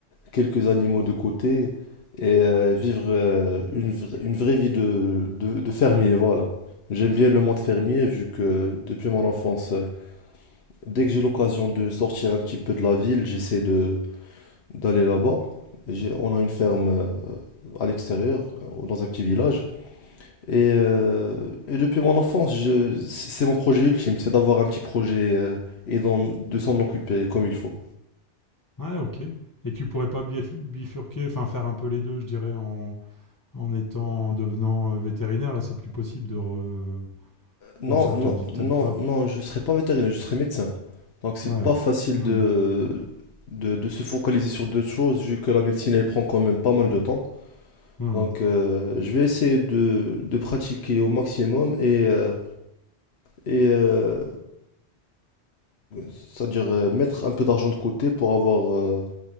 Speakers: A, on the left; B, on the left.
A: quelques animaux de côté et euh, vivre euh, une, vra- une vraie vie de, de- de fermier, voilà. J'aime bien le monde fermier vu que depuis mon enfance, euh, dès que j'ai l'occasion de sortir un petit peu de la ville, j'essaie de d'aller là-bas. J'ai- On a une ferme euh, à l'extérieur, euh, dans un petit village. Et, euh, et depuis mon enfance, je- c'est c'est mon projet ultime, c'est d'avoir un petit projet euh, et d'en- de s'en occuper comme il faut.
B: Ouais, ok. Et tu pourrais pas bif- bifurquer, enfin faire un peu les deux, je dirais, en, en étant, en devenant euh, vétérinaire. Là, c'est plus possible de. Re...
A: Non,
B: Ou ça
A: non,
B: te dit peut-être
A: non,
B: pas.
A: non, je serais pas vétérinaire, je serais médecin. Donc c'est
B: Ouais.
A: pas facile
B: Mhm.
A: de, de, de se focaliser sur deux choses, vu que la médecine elle prend quand même pas mal de temps.
B: Mhm.
A: Donc euh, je vais essayer de, de pratiquer au maximum et, euh, et euh, c'est-à-dire euh, mettre un peu d'argent de côté pour avoir, euh,